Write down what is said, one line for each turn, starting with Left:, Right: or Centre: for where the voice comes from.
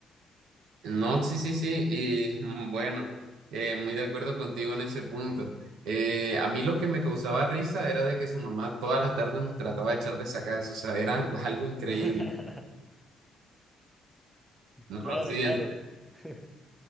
Right: No, sí, sí, sí, y mm, bueno, eh, muy de acuerdo contigo en ese punto. Eh, a mí lo que me causaba risa era de que su mamá todas las tardes nos trataba de echar de sacadas, o sea, era algo increíble,
Centre: <laughs>
Right: ¿no?
Centre: Claro,
Right: Sí,
Centre: claro.
Right: en
Centre: <laughs>